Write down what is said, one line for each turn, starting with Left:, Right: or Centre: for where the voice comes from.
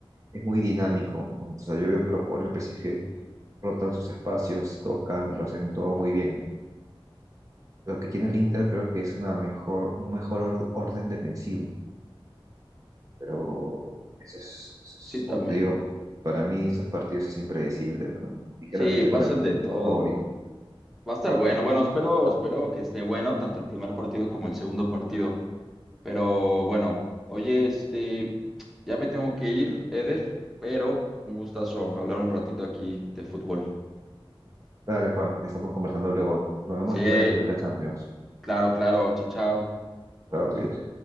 Right: es muy dinámico, ¿no? O sea, yo veo que los jugadores del PSG rotan sus espacios, tocan y lo hacen todo muy bien, ¿no? Lo que tiene el Inter creo que es una mejor, un mejor or- orden defensivo, pero eso es, eso es,
Centre: Sí, también.
Right: como te digo, para mí estos partidos es impredecible, ¿no? Ligeramente
Centre: Sí, pasan
Right: para mí
Centre: de todo.
Right: favorito.
Centre: Va a estar bueno. Bueno, espero, espero que esté bueno tanto el primer partido como el segundo partido. Pero bueno, oye, este, ya me tengo que ir, Eder, pero un gustazo hablar un ratito aquí de fútbol.
Right: Dale, Juan, ya estamos conversando luego. Nos vemos
Centre: Sí,
Right: después de la final de la Champions.
Centre: claro, claro, chao, chao.
Right: Chao, cuídate.